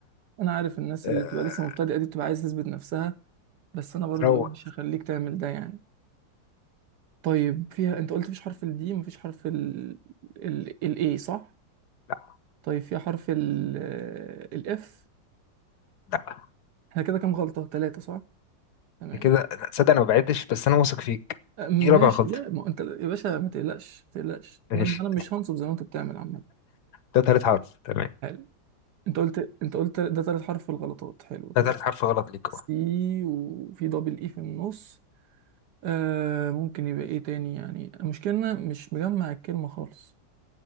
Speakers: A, on the right; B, on the left.
A: انا عارف الناس
B: آه،
A: اللي بتبقى لسه مبتدئه دي بتبقى عايز تثبت نفسها بس انا برضو
B: روق
A: ايه مش هخليك تعمل ده يعني طيب فيها انت قلت مفيش حرف الدي مفيش حرف ال ال الاي صح
B: لا
A: طيب فيها حرف ال الاف
B: لا
A: احنا كده كام غلطه ثلاثه صح تمام
B: كده لا، تصدق انا ما بعدتش بس انا واثق فيك
A: أه، ماشي
B: دي رابع غلطه
A: لا ما انت يا باشا ما تقلقش ما تقلقش
B: ماشي
A: انا انا مش هنصب زي ما انت بتعمل عامه
B: ده تالت حرف تمام
A: حلو انت قلت انت قلت ده ثالث حرف في الغلطات حلو طيب
B: ده تالت حرف غلط ليك
A: سي
B: اه
A: وفي دبل اي في النص آه ممكن يبقى ايه تاني يعني المشكلة إن أنا مش مجمع الكلمة خالص